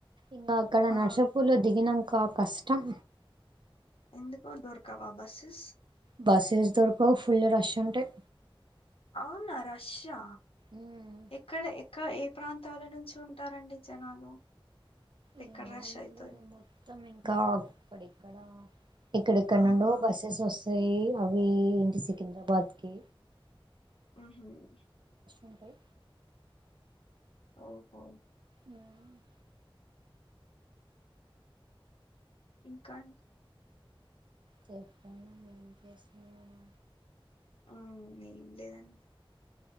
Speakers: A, on the right; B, on the left.
A: ఇంకా అక్కడ
B: ఆ
A: నర్సపుర్ లో దిగినాంక. ఇంకా కష్టం.
B: ఎందుకో దొర్కవా బస్సెస్.
A: బస్సెస్ దొరకవ్ ఫుల్ రష్ ఉంటాయి.
B: అవునా రష్య్
A: ఉమ్,
B: ఇక్కడ ఇక్ ఇంకా ఏ ప్రాంతాల నుంచి ఉంటారండి జనాలు.
A: ఏమో
B: ఎక్కడ రష్
A: అండి
B: అయితది
A: మొత్తం ఇంకా అక్కడిక్కడ. ఇక్కడేక్కడి
B: ఆహా
A: నుండో బస్సెస్ వస్తాయి అవి ఎంటి సికింద్రాబాద్ కి.
B: ఉమ్.
A: ఉంటాయి.
B: ఓహో.
A: ఆహ్ అవును.
B: ఇంకా అండి.
A: చెప్పండి ఏం చేస్తున్నారు.
B: ఉమ్ ఏం లేదండి